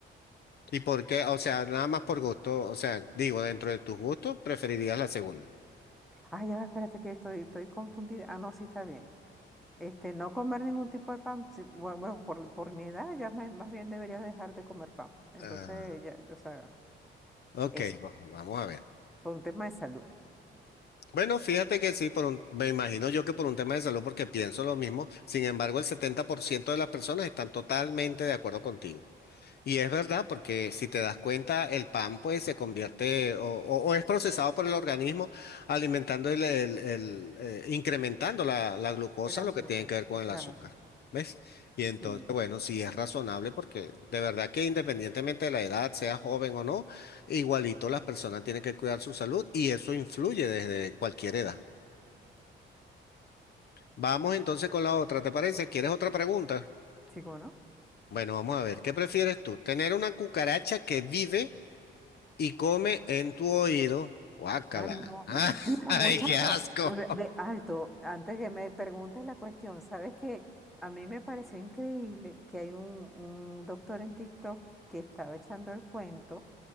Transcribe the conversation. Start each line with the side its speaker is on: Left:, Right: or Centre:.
Left: ¿Y por qué? O sea, nada más por gusto, o sea, digo, dentro de tus gustos, preferirías la segunda.
Centre: Ah, ya va, espérate que estoy, estoy confundida. Ah, no, sí está bien. Este, no comer ningún tipo de pan, sí, bueno, bueno, por, por mi edad ya me- más bien debería dejar de comer pan. Entonces,
Left: Ah,
Centre: ya, o sea,
Left: ok,
Centre: eso,
Left: va- vamos a ver.
Centre: por un tema de salud.
Left: Bueno, fíjate que sí, por un- me imagino yo que por un tema de salud, porque pienso lo mismo. Sin embargo, el 70% de las personas están totalmente de acuerdo contigo. Y es verdad, porque si te das cuenta, el pan pues se convierte o, o- o es procesado por el organismo alimentando el, el- el, eh, incrementando la, la glucosa,
Centre: El azúcar,
Left: lo que tiene que ver con
Centre: eh, claro.
Left: el azúcar. ¿Ves? Y entonces,
Centre: Sí,
Left: bueno, sí es razonable porque de verdad que independientemente de la edad, sea joven o no, igualito las personas tienen que cuidar su salud y eso influye desde cualquier edad. Vamos entonces con la otra, ¿te parece? ¿Quieres otra pregunta?
Centre: sí, ¿cómo no?
Left: Bueno, vamos a ver, ¿qué prefieres tú? ¿Tener una cucaracha que vive? y come en tu oído. Guácala.
Centre: Ay, no.
Left: Ah,
Centre: <laughs>
Left: <laughs>
Centre: Mira,
Left: ¡Ay,
Centre: muchacho,
Left: qué asco!
Centre: a ver, de alto, antes que me preguntes la cuestión, ¿sabes qué? A mí me pareció increíble que hay un, un doctor en TikTok que estaba echando el cuento